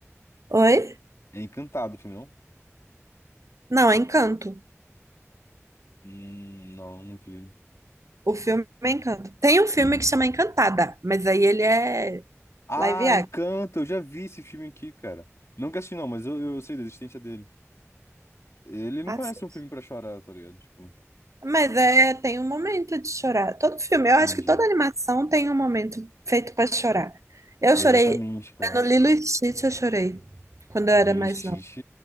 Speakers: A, on the right; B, on the left.
A: Oi?
B: É Encantado o filme, não?
A: Não, é Encanto.
B: Hum, não, não vi.
A: O filme é Encanto. Tem um filme que chama Encantada, mas aí ele é
B: Ah,
A: live action.
B: Encanto, eu já vi esse filme aqui, cara. Nunca assisti, não, mas eu, eu sei da existência dele. Ele não
A: Assim.
B: parece um filme pra chorar, tá ligado? Tipo,
A: Mas é, tem um momento de chorar. Todo filme, eu acho
B: entendi.
A: que toda animação tem um momento feito para chorar. Eu
B: Exatamente,
A: chorei,
B: cara.
A: é no Lilo e Stitch eu chorei, quando eu era
B: Lilo
A: mais
B: e Stitch.
A: nova.